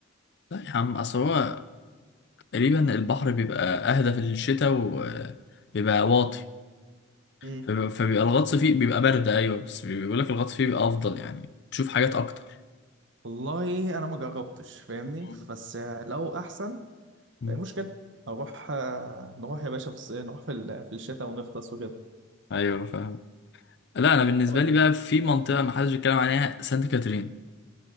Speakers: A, on the left (about 55°); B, on the right (about 60°).
A: لا يا عم اصل هو تقريبا البحر بيبقى اهدى في الشتاء وبيبقى واطي
B: مم.
A: فبيبقى, فبيبقى الغطس فيه بيبقى برد ايوه بس بيقول لك الغطس فيه بيبقى افضل يعني تشوف حاجات اكتر
B: والله انا ما جربتش فاهمني
A: مم.
B: بس لو احسن
A: مم.
B: إيه المشكله اروح آه، نروح يا باشا في الصيف نروح في ال- في الشتاء ونغطس وكده
A: ايوه فاهم لا انا بالنسبه
B: طيب.
A: لي بقى في منطقه ما حدش بيتكلم عليها سانت كاترين